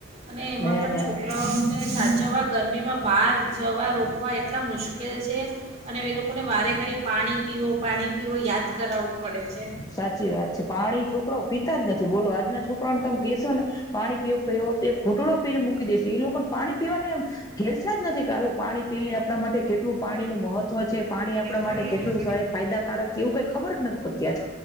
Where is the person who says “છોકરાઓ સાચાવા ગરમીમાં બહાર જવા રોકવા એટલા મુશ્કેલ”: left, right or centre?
Right